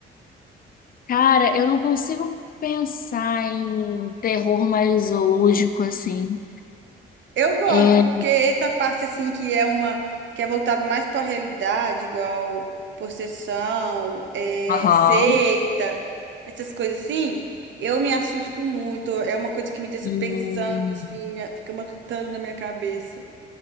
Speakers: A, on the left; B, on the right.
A: Cara, eu não consigo pensar em terror mais zoológico assim.
B: Eu gosto,
A: É...
B: porque
A: é,
B: essa parte assim que é uma que é voltado mais para a realidade, igual possessão, é,
A: Aham.
B: seita, essas coisas assim, eu me assusto muito. É uma coisa que me deixa
A: Hum.
B: pensando assim, me- fica matutando na minha cabeça.